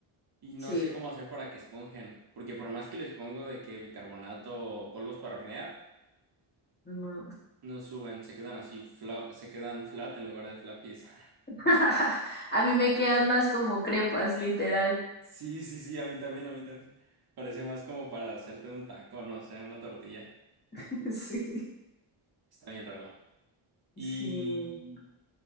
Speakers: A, on the right; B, on the left.
A: y no
B: Sí,
A: sé cómo hacer para que esponjen, porque por más que les pongo de que bicarbonato o polvos para hornear,
B: no.
A: no suben, se quedan así, fla- se quedan flat en lugar de fluffies. <laughs>
B: <laughs> A mí me quedan más como crepas, literal.
A: Sí, sí, sí, a mí también, a mí también. Parece más como para hacerte un taco, no sé, una tortilla.
B: <laughs> Sí,
A: Está bien raro. ¿Y
B: sí.